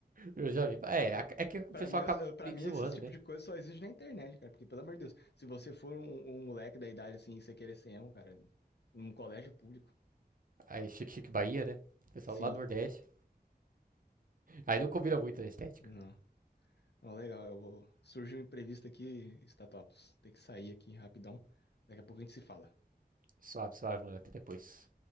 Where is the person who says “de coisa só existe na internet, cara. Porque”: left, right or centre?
Left